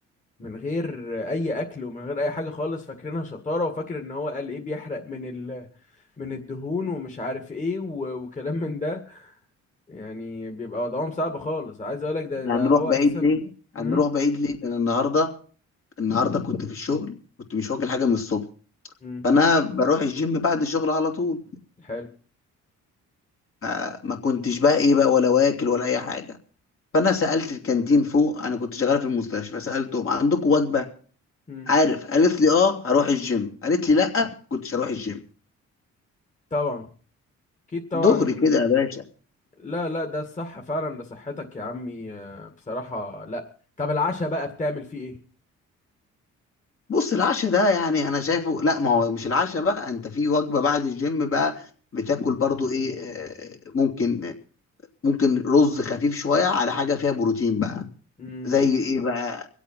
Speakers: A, on the left; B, on the left.
A: من غير آه، اي اكل ومن غير اي حاجه خالص فاكرينها شطاره وفاكر ان هو قال ايه بيحرق من ال من الدهون ومش عارف ايه و- وكلام من ده يعني بيبقى وضعهم صعب خالص عايز اقول لك ده
B: احنا
A: ده
B: هنروح
A: هو
B: بعيد
A: اساسا
B: ليه هنروح
A: امم
B: بعيد ليه ده انا النهارده النهارده كنت في الشغل كنت مش واكل حاجه من الصبح
A: امم
B: فانا بروح الجيم بعد الشغل على طول
A: حلو
B: ما ما كنتش بقى ايه بقى ولا واكل ولا اي حاجه فانا سالت الكانتين فوق انا كنت شغال في المستشفى سالتهم عندكم وجبه
A: امم
B: عارف قالت لي اه هروح الجيم قالت لي لا كنتش هروح الجيم
A: طبعا اكيد طبعا
B: دغري كده يا باشا
A: لا لا ده الصح فعلا ده صحتك يا عمي آه، بصراحة لا طب العشاء بقى بتعمل فيه ايه
B: بص العشاء ده يعني انا شايفه لا ما هو مش العشاء بقى انت في وجبه بعد الجيم بقى بتاكل برضو ايه آه، ممكن ممكن رز خفيف شويه على حاجه فيها بروتين بقى
A: امم
B: زي ايه بقى